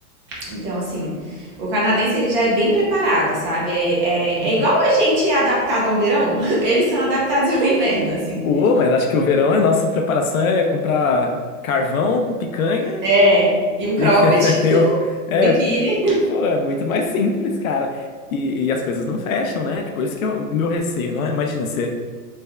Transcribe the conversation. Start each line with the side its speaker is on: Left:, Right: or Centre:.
Right: Então, assim, o canadense ele já é bem preparado, sabe? É, é,
Left: Uhum.
Right: é igual a gente é adaptado ao verão. <laughs> Eles são adaptados ao inverno, assim.
Left: Pô, mas acho que o verão é nossa preparação é comprar carvão, picanha
Right: É, e um cropped,
Left: E <laughs> Eu, é,
Right: um biquíni.
Left: pô, é muito mais simples, cara. E, e as coisas não fecham, né? Tipo, esse que é o meu receio, né? Imagina, você